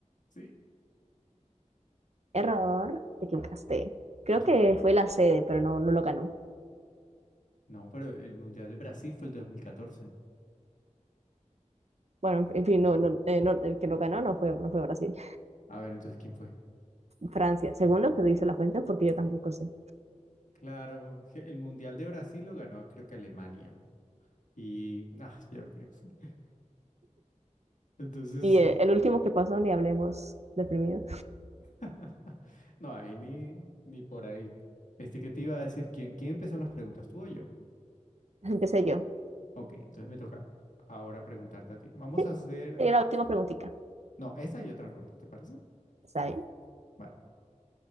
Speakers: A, on the left; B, on the right.
A: ¿Sí?
B: Error, te equivocaste.
A: No,
B: Creo
A: ¿qué?
B: que fue la sede, pero no, no lo ganó.
A: No, pero el Mundial de Brasil fue el de dos mil catorce
B: Bueno, en fin, no, no, eh, no- el que lo ganó no fue, no fue Brasil,
A: A ver, entonces, ¿quién fue?
B: Francia, según lo que dice la fuente, porque yo tampoco sé.
A: Claro, je- el Mundial de Brasil lo ganó, creo que Alemania. Y, <laughs> ah, ya ok. <laughs> Entonces,
B: Y eh, el último que pasó, ni hablemos Deprimido.
A: <laughs> no, ahí ni, ni por ahí. Este que te iba a decir, ¿quién, quién empezó las preguntas? ¿Tú o yo?
B: <laughs> Empecé yo.
A: Ok, entonces me toca ahora preguntarte a ti. Vamos
B: Sí,
A: a hacer,
B: sería la última preguntita.
A: no, esta y otra ronda, ¿te parece?
B: ¿Está bien?
A: Vale.